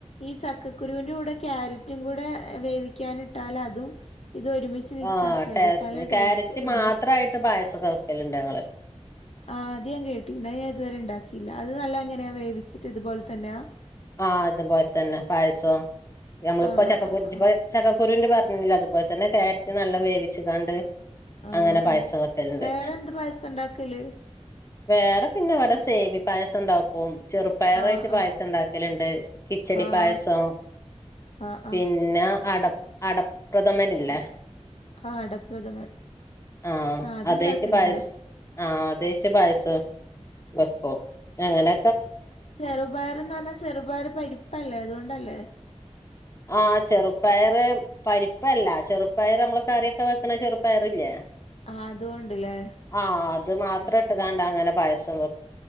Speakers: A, on the left (about 65°); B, on the left (about 25°).
A: ഈ ചക്കക്കുരുവിന്റെ കൂടെ കക്യാരറ്റും കൂടെ വേവി ക്കാനിട്ടാൽ അതും ഇത് ഒരുമിച്ച് മിക്സ്
B: ആഹ്
A: ആക്കിയാ
B: ടേസ്റ്റ്
A: മതിയോ പല
B: ക്യാരറ്റ്
A: ടേസ്റ്റ്
B: മാത്രായിട്ട്
A: ആ
B: പായസൊക്കെ വെക്കലുണ്ട് ഞങ്ങള്
A: ആഹ് അത് ഞാൻ കേട്ടി ഇാ ഞാൻ ഇതുവരെ ഉണ്ടാക്കിയില്ല അത് നല്ല എങ്ങനെയാ വേവിച്ചിട്ട് ഇതുപോലെ തന്നെയാ
B: ആഹ അതുപോലെ തന്നെ പായസം നമ്മളിപ്പം
A: ആഹ്
B: ചക്കക്കുരു
A: ആഹ് ആഹ്
B: ചക്കക്കുരുന്റെ പറ അതുപോലെ തന്നെ കയറ്റ് നല്ല വേവിച്ച കാണ്ട്
A: ആഹ്
B: അങ്ങനെ പായസവെക്കലുണ്ട്
A: ആഹ് വേറെ എന്ത് പായസം ഇണ്ടാക്കല്
B: വേറെ പിന്നെ ഇവിടെ സേമി പായസം ഉണ്ടാക്കും ചെറുപ്പയറായിട്ട്
A: ആഹ്
B: പായസം
A: ആഹ്
B: ഉണ്ടാക്ക ലുണ്ട് കിച്ചടി
A: ആഹ്
B: പായസം
A: ആഹ് ആഹ്
B: പിന്നെ അട അടപ്രഥമനില്ലേ?
A: ആഹ് അടപ്രഥമൻ
B: ആ
A: ആഹ് അത്ണ്ടാക്കല്ണ്ട്
B: അതായിട്ട് പായസം ആ അതെ മറ്റ പായസം വെക്കോ അങ്ങനെ
A: ചെറുപയർന്ന് പറഞ്ഞാൽ ചെറുപയർ പരിപ്പല്ലേ അതുകൊണ്ടല്ലേ?
B: ആ ചെറുപ്പയർ പരിപ്പല്ല ചെറുപ്പയർ നമ്മള് കറിയൊക്കെ വെക്കണ ചെറുപ്പയറില്ലേ?
A: ആഹ് അതുകൊണ്ട്ല്ലേ
B: ആ അത് മാത്രം
A: ഉം
B: ഇട്ട്
A: ഉം
B: കണ്ട അങ്ങനെ പായസം